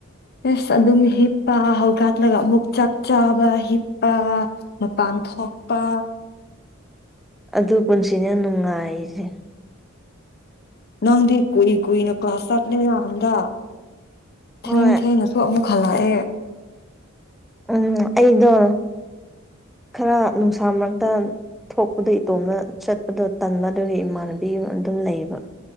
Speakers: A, on the left; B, in the centre.
A: ꯏꯁ ꯑꯗꯨꯝ ꯍꯤꯞꯄ ꯍꯧꯒꯠꯂꯒ ꯑꯃꯨꯛ ꯆꯥꯛ ꯆꯥꯕ ꯍꯤꯞꯄ ꯃꯄꯥꯟ ꯊꯣꯛꯄꯥ
B: ꯑꯗꯨ ꯄꯨꯟꯁꯤꯅ ꯅꯨꯡꯉꯥꯏꯁꯦ
A: ꯅꯪꯗꯤ ꯀꯨꯏ ꯀꯨꯏꯅ ꯀ꯭ꯂꯥꯁ ꯆꯠꯂꯦꯅ ꯍꯟꯗ ꯊꯦꯡ
B: ꯍꯣꯏ
A: ꯊꯦꯡꯉꯁꯨ ꯑꯃꯨꯛ ꯈꯜꯂꯛꯑꯦ
B: ꯎꯝ ꯑꯩꯗꯣ ꯈꯔ ꯅꯨꯡꯁꯥ ꯃꯔꯛꯇ ꯊꯣꯛꯄꯗꯣ ꯏꯇꯣꯝꯅ ꯆꯠꯄꯗꯣ ꯇꯟꯕ ꯑꯗꯨꯒꯤ ꯏꯃꯥꯟꯅꯕꯤ ꯑꯗꯨꯝ ꯂꯩꯌꯦꯕ